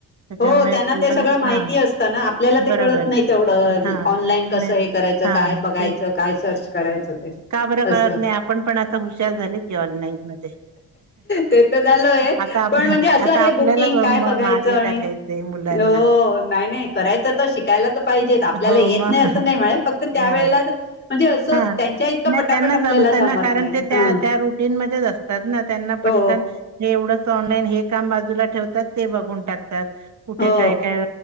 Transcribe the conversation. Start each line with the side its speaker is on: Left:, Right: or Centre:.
Right: त्याच्यामुळे
Left: हो त्यांना
Right: तेवढं
Left: ते सगळं माहिती
Right: हा
Left: असत ना, आपल्याला ते
Right: बरोबर
Left: कळत नाही तेवढं
Right: हा
Left: ऑनलाईन कसं
Right: नाही
Left: हे करायचं
Right: हा
Left: काय बघायचं
Right: ते
Left: काय सर्च करायचं ते
Right: का बरं
Left: असं
Right: कळत नाही पण हुशार झाले ऑनलाइन मध्ये
Left: ते तर झालय
Right: आता आपलं
Left: पण म्हणजे असं
Right: आता
Left: हे
Right: आपलं
Left: बुकिंग
Right: मागे
Left: काय बघायचं आणि
Right: टाकायचंय मुलांना
Left: हो नाही नाही करायचं तर शिकायला तर पाहिजेच आपल्याला
Right: हो
Left: येत
Right: मग,
Left: नाही असं नाही म्हणे फक्त त्यावेेळेला
Right: नाही
Left: म्हणजे असं
Right: हा
Left: त्यांच्या इतकं
Right: नाही
Left: पटापट
Right: त्यांना
Left: आपल्याला
Right: जमते
Left: जमत
Right: ना पण
Left: नाही
Right: ते त्या
Left: ह
Right: त्या रुटीनं मधे असतात ना त्यांना
Left: हो
Right: पटकन ऑनलाईन हे काम बाजूला ठेवातात, ते बघून टाकतात कुठे
Left: हो
Right: काय काय?